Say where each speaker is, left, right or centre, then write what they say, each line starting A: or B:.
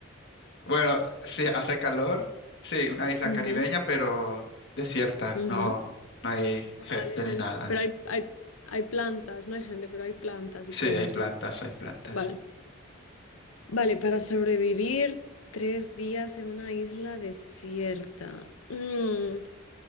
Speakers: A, on the left (about 55°); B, on the left (about 80°).
A: bueno, sí, hace calor. Sí, una isla
B: Ujú,
A: caribeña, pero desierta.
B: ujú.
A: No, no hay
B: Vale,
A: gente ni
B: vale.
A: nada.
B: Pero hay, hay, hay plantas, no hay gente, pero hay plantas
A: Sí,
B: y cosas,
A: hay plantas,
B: ¿no?
A: hay plantas.
B: Vale. Vale, para sobrevivir tres días en una isla desierta. Mm,